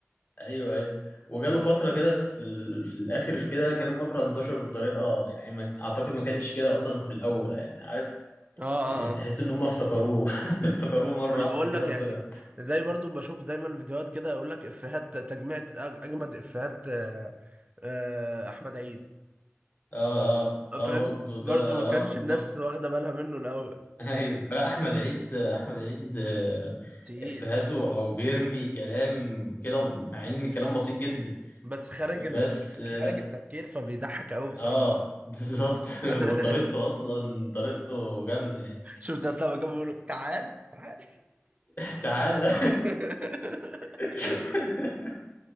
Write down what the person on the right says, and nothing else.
اه اه
آه.
ما انا
بقول
لك يعني
زي برضو بشوف دايما فيديوهات كده يقول لك افيهات تجميع أج- اجمد افيهات آه، آه، احمد عيد
فاهم
برضو
ما
كانش
الناس
واخده بالها منه الاول
تقيل
بس خارج
ال...
خارج التفكير فبيضحك قوي بصراحه
<laughs>
شفت اصلا لما كانوا بيقولوا تعال تعال
<laughs>